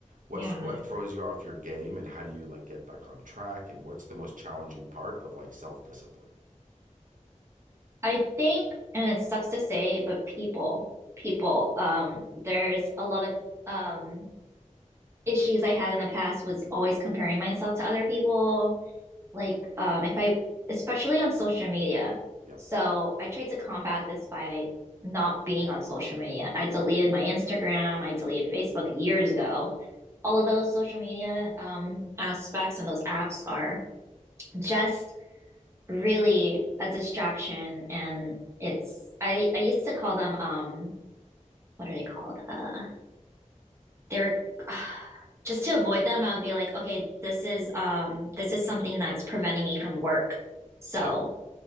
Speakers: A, on the right; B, on the right.
A: what's
B: Yeah.
A: what throws you off your game and how do you like get back on track and what's the most challenging part of like self-discipline?
B: I think, and it sucks to say, but people, people, um, there's a lot of um issues I had in the past was always comparing myself to other people like um if I especially on social media.
A: Yeah.
B: So I tried to combat this by not being on social media. I deleted my Instagram, I deleted Facebook years ago. All of those social media um aspects and those apps are just really a distraction and it's I I used to call them um what are they called? Uh they were <sighs> uh, just to avoid them, I would be like, okay, this is um this is something that's preventing me from work. So
A: Yeah.